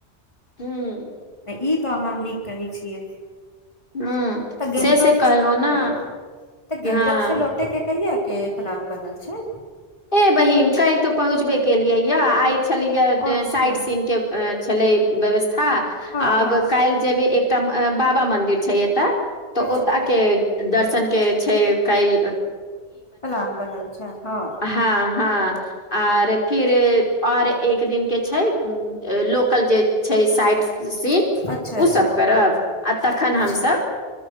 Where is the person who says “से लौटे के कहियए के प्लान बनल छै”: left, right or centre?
Left